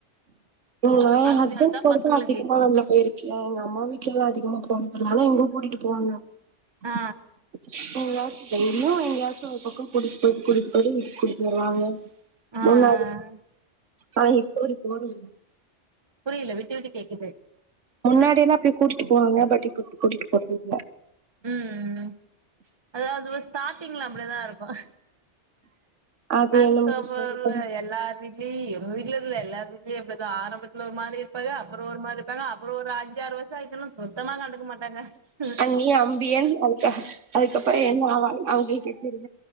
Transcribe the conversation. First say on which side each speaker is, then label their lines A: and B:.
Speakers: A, on the right; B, on the right.
A: நா ஏன்
B: அதுவே
A: ஹஸ்பண்ட்
B: அதுதான் பசங்களுக்கு
A: <unintelligible> அதிகமா
B: இப்போ
A: அதுல போயிருக்கே எங்க அம்மா வீட் வீட்லெல்லா அதிகமா போன் பண்ணாங்க எங்க கூட்டிட்டு போவாங்க <unintelligible>
B: ஆ
A: டெய்லியு எங்கேயாச்சு ஒரு பக்கோ கூடிட்டு போயிட்டு கூடிட்டு போயிட்டு கூட்டிட்டு வருவாங்க <inaudible>
B: ஆ ஆ ஆ
A: ஆஹ <unintelligible>
B: புரியல விட்டு விட்டு கேக்குது
A: முன்னாடிய எல்லா அப்பிடி கூட்டு போவாங்க பட் இப்ப கூட்டிட்டு போறதில்ல
B: உம் அதாவது ஸ்டார்டிங்ல அப்டிதா இருக்கு
A: அது
B: அக்டோபர்ல
A: என்னமோ சரிதா
B: எல்லார் வீட்லயு எங்க வீட்ல இல்ல எல்லார் வீட்டுலயு அப்பிடிதா ஆரம்பத்துல ஒரு மாரி இப்பவே அப்புறம் ஒரு மாரிப்பங்க அப்புறம் ஒரு அஞ்சாறு வருசம் ஆய்ருச்சுனா மொத்தமா கண்டுக்க மாட்ட டாங்க
A: அண்ணி அம்பியன் அதுக்க அதுக்கப்புறம் என்ன ஆவாங்கனு அவங்களுக்கே தெரியாது